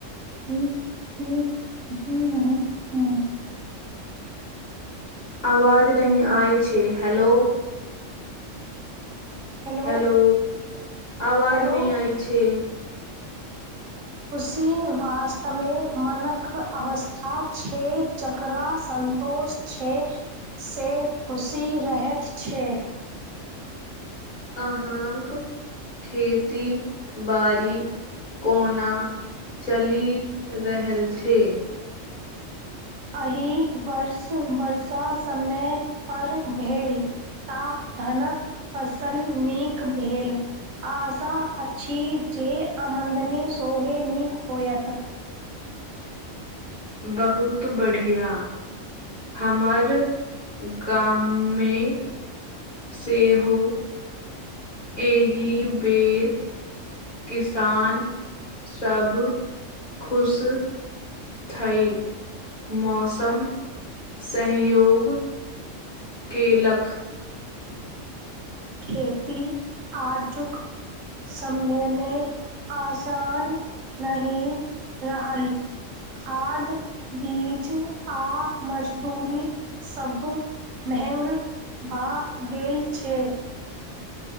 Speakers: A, on the right; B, on the left.
A: से रहैत छै
B: आवाज नह आइ छै हैेलो।
A: हेलो
B: हैेलो आवाज
A: हेलो
B: न आय छै।
A: खुशी वास्तवमे मनक अवस्था छै जकरा सन्तोष छै से खुशी रहैत छै।
B: अहाँक खेती बड़ी कोना चलि रहल छै। छ।
A: एहि वर्ष वर्षा समय पर भेल ता धनक फसल नीक भेल आशा अछि जे आमदनी सोहे नीक होयत।
B: बहुत बढ़िया हमर गाममे सेहो ए। ही बेर किसान सब खुश ई मौसम सहयोग केलक।
A: खेती आजुक समय मे आसान नहि रहल खाद बीज आ मजदूरी सब महंग भए गेल छै।